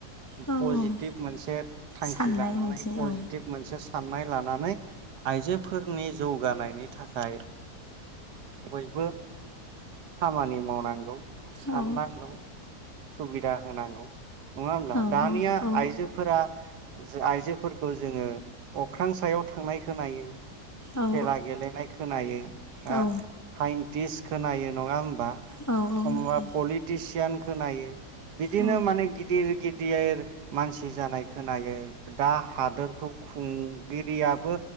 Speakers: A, on the left; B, on the right.
A: औ
B: पजिटिभ
A: औ
B: मोनसे थांखि
A: साननाय
B: ला
A: मोनसे
B: पजिटिभ
A: औ
B: मोनसे। साननाय लानानै आइजोफोरनि जौगानायनि थाखाय बयबो खामानि मावनांगौ, साननांगौ,
A: औ
B: सुबिदा होनांगौ, नङा होमब्ला,
A: औ
B: दानिया
A: औ
B: आइजोफोरा आइजोफोरखौ जोङो अख्रां सायाव थांनाय खोनायो,
A: औ
B: खेला गेलेनाय खोनायो, हो
A: औ
B: साइन्टिस खोनायो नङा होमबा?
A: औ औ
B: समा
A: नंगौ
B: पलिटिसियान खोनायो। बिदिनो
A: औ
B: माने गिदिर गिदिर मानसि जानाय खोनायो। दा हादोरखौ खुंगिरियाबो